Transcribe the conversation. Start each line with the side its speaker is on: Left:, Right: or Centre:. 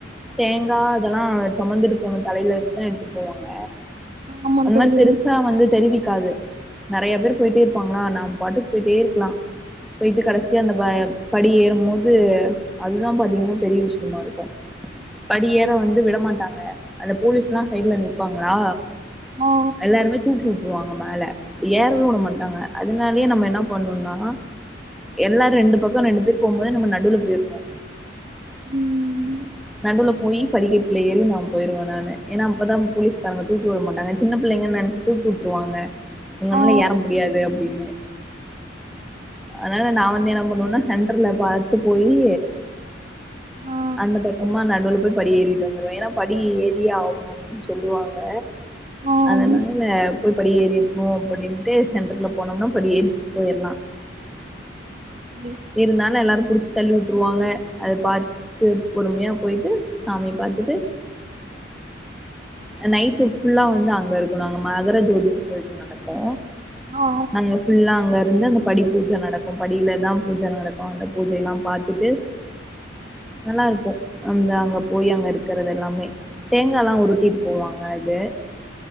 Centre: தேங்கா அதெல்லா சுமந்துட்டு போணு தலைல வெச்சுதா எடுத்துட்டு போவாங்க
Right: ஆமா
Centre: அந்த
Right: தோழி
Centre: மாரி பெருசா வந்து தெரிவிக்காது நறைய பேர் போய்ட்டே இருப்பாங்களா நாம் பாட்டுக்கு போய்ட்டே இருக்கலா போயிட்டு கடசியா அந்த ப படி ஏரும்மோது து அதுதான் பாத்தீங்கன்னா பெரிய விஷயமா இருக்கும் படி ஏற வந்து விடமாட்டாங்க அந்த போலீஸ்ல்லா சைட்ல நிப்பாங்களா
Right: ஆ
Centre: எல்லாருமே தூக்கி உட்ருவாங்க மேல ஏறவே உட மாட்டாங்க அதனாலே நம்ம என்ன பண்ணுன்னா எல்லாரு ரெண்டு பக்கம் ரெண்டு பேர் போம்போதே நம்ம நடுவுல போயிர்ணு
Right: ம்
Centre: நடுல போய் படிக்கெட்ல ஏறி நா போயிருவே நானு ஏன்னா அப்பதா போலீஸ்காரங்க தூக்கி விடமாட்டாங்க சின்ன பிள்ளைங்கன் நெனச்சிட் தூக்கி உட்ருவாங்க உங்கனால
Right: ஆ
Centre: ஏற முடியாது அப்புடின்னு அதனால நா வந்து என்ன பண்ணுவன்னா சென்டர்ல பாத்து போயி
Right: ஆ
Centre: அந்த பக் கம்மா நடுவுல போய் படி ஏறிட்டு வந்துருவே ஏன்னா படி ஏறியே ஆவணு அப்புடின்னு சொல்லுவாங்க
Right: ஆ
Centre: அதனால போய் படி ஏறிட்ணு அப்புடின்ட்டு சென்டர்ல போனோம்னா படி ஏறி போயிர்லா
Right: <unintelligible>
Centre: இருந்தாலு எல்லாரு புடிச்சு தள்ளி உட்ருவாங்க அத பாத் து பொறுமையா போயிட்டு சாமிய பாத்துட்டு அ நைட்டு ஃபுல்லா வந்து அங்க இருக்கணு அங்க மகர ஜோதினு சொல்ட்டு நடக்கு
Right: ஆ
Centre: நாங்க ஃபுல்லா அங்கருந்து அந்த படி பூஜை நடக்கு படியில தா பூஜை நடக்கு அந்த பூஜையெல்லா பாத்துட்டு நல்லா இருக்கு அந்த அங்க போய் அங்க இருக்கிறது எல்லாமே தேங்கால்லா உருட்டிட்டு போவாங்க அது